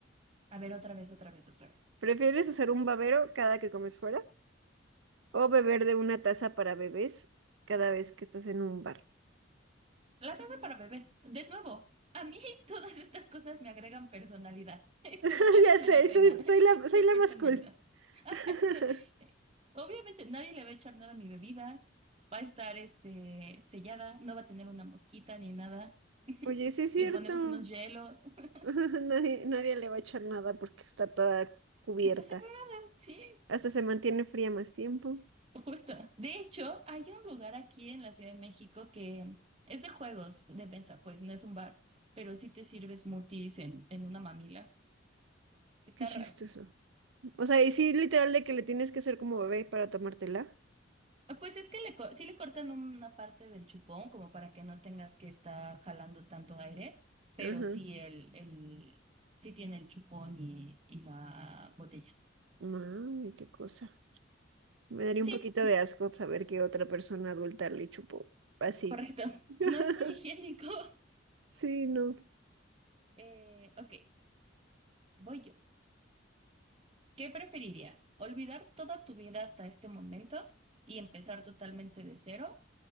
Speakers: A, on the right; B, on the right.
A: A ver, otra vez, otra vez, otra vez.
B: ¿Prefieres usar un babero cada que comes fuera o beber de una taza para bebés cada vez que estás en un bar?
A: La taza para bebés, de nuevo, a mí <laughs> todas estas cosas me agregan personalidad. Es
B: <laughs>
A: como, a mí
B: Ya
A: no
B: sé,
A: me da pena,
B: soy, soy
A: esto
B: la,
A: es una
B: soy la
A: personalidad.
B: más cool.
A: <laughs> Ajá,
B: <laughs>
A: es como, eh, obviamente nadie le va a echar nada a mi bebida, va a estar este, sellada, no va a tener una mosquita ni nada. <laughs>
B: Oye, sí es cierto.
A: Le ponemos unos hielos.
B: <laughs>
A: <laughs>
B: Nadie, nadie le va a echar nada porque está toda cubierta.
A: Está cerrada, sí,
B: Hasta se mantiene fría más tiempo.
A: justo. De hecho, hay un lugar aquí en la Ciudad de México que es de juegos de mesa, pues no es un bar, pero sí te sirves smoothies en, en una mamila. Está
B: Qué chistoso.
A: raro.
B: O sea, y sí, literal de que le tienes que hacer como bebé para tomártela.
A: Ah, Pues es que le, co- sí le cortan una parte del chupón como para que no tengas que estar jalando tanto aire, pero
B: Ajá.
A: sí el, el sí tiene el chupón y, y la botella.
B: Mami, qué cosa. Me daría
A: Sí,
B: un poquito de asco saber que otra persona adulta le chupó así.
A: correcto. <laughs>
B: <laughs>
A: No es muy higiénico. <laughs>
B: Sí, no.
A: Eh, ok, voy yo. ¿Qué preferirías? ¿Olvidar toda tu vida hasta este momento y empezar totalmente de cero?